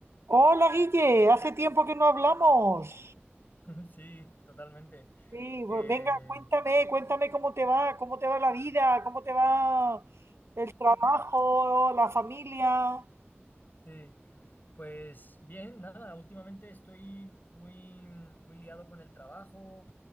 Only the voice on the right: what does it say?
Hola Guille, hace tiempo que no hablamos.
Sí,
pues venga, cuéntame, cuéntame cómo te va, cómo te va la vida, cómo te va el trabajo, la familia.